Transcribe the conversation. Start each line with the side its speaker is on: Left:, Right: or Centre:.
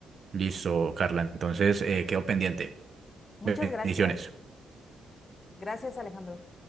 Right: Listo, Carla. Entonces, eh, quedo pendiente.
Left: Muchas
Right: Bendiciones.
Left: gracias. Gracias, Alejandro.